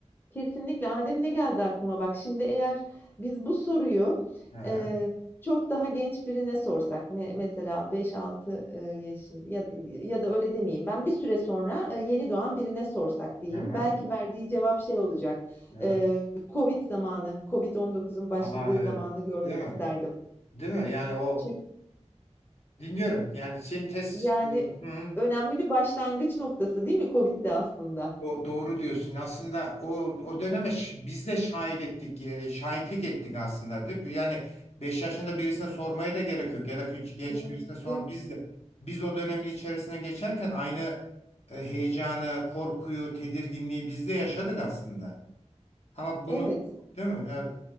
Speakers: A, on the left; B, on the left.
A: Kesinlikle. Adem ne geldi aklıma bak. Şimdi eğer biz bu soruyu,
B: Aha,
A: eee, çok daha genç birine sorsak me mesela beş altı eee, yaşın ya ya da öyle demeyeyim ben, bir süre sonra, eee, yeni doğan birine sorsak diyeyim,
B: aha,
A: belki verdiği cevap şey olacak,
B: aha.
A: eee, COVID zamanı, COVID-19'un başladığı
B: Aa, evet.
A: zamanı görmek
B: Değil mi?
A: isterdim.
B: Değil mi? Yani o
A: Çünkü
B: dinliyorum. Yani sintez.
A: yani
B: Hı hı.
A: önemli bir başlangıç noktası değil mi COVID de aslında?
B: O doğru diyorsun. Aslında o o döneme ş- biz de şahit ettik, e, şahitlik ettik aslında değil mi? Yani 5 yaşında birisine sormaya da gerek yok ya da küçük genç
A: Gerek
B: birisine sor.
A: yok.
B: Biz de biz o dönemin içerisine geçerken aynı e, heyecanı, korkuyu, tedirginliği biz de yaşadık aslında. Ama bunu
A: Evet.
B: değil mi? Ya,